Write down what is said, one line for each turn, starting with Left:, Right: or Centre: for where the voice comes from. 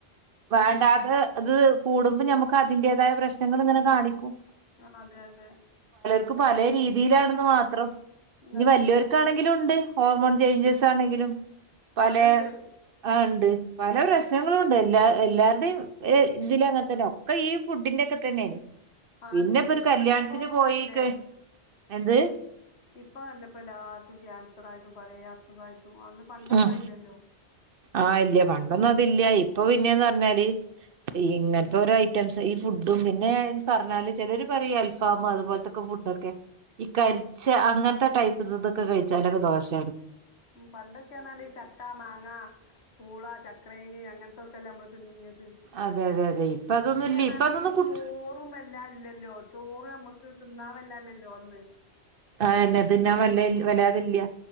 Right: വേണ്ടാതെ ത് കൂടുമ്പോ ഞമ്മക്ക് അതിന്റേതായ പ്രശ്നങ്ങള്ങ്ങനെ കാണിക്കും.
Left: ആഹ് അതെ യതെ
Right: ക്ക് പലേ രീതിയിലാണെന്ന് മാത്രം ഇനി
Left: അതെ
Right: വെല്യോര്ക്കാണെങ്കിലുണ്ട്. ഹോർമോൺ ചെയ്ഞ്ചസാണെങ്കിലും പലേ
Left: അതുണ്ട്
Right: ആ ണ്ട് പല പ്രശ്നങ്ങളുണ്ട് എല്ലാ എല്ലാരുടീം എ ഇതിലങ്ങൻതന്നെ ഒക്കെ ഈ ഫുഡിന്റൊക്കെത്തന്നെ പിന്നെപ്പൊരു
Left: ആണ് ഇപ്പൊ
Right: കല്യാണത്തിന് പോയിക്കഴ്
Left: കണ്ടില്ലേ
Right: എന്ത്?
Left: ഇപ്പൊ നല്ലപ്പൊ എല്ലാർക്കും ക്യാൻസറായി പലയസുഖായിട്ടും അന്ന് പണ്ടൊന്നും
Right: ഉം.
Left: അയില്ലല്ലോ
Right: ആ ഇല്ല പണ്ടൊന്നും അതില്ല ഇപ്പൊ പിന്നെന്ന് പറഞ്ഞാല് ഇങ്ങനത്തെ ഒരു ഐറ്റംസ് ഈ ഫുഡും പിന്നെ പറഞ്ഞാല് ചിലര് പറയും അൽഫാമും അതുപോലത്തക്കെ ഫ് ഫുഡൊക്കെ ഈ കരിച്ച അങ്ങനത്തെ ടൈപ്പ് ഇതൊക്കെ കഴിച്ചാലൊക്കെ ദോഷാണ്
Left: പണ്ടൊക്കെന്നറഞ്ഞാലീ ചക്ക മാങ്ങ പൂള ചക്രേ അങ്ങൻതൊക്കെല്ലേ നമ്മള് തിന്നീന്നത്
Right: അതെ അതെ അതെ ഇപ്പൊ അതൊന്നും
Left: പിന്നെറഞാല്
Right: ഇല്ല ഇപ്പൊ അതൊന്നും
Left: ഈ ചോറും വല്ലാ ഇല്ലല്ലോ ചോറ് അമ്മക്ക് തിന്നാൻ വല്ലാ ഇല്ലല്ലോ അന്ന്
Right: ആ എന്നെ തിന്നാൻ വല്ല വല്ലാതില്ല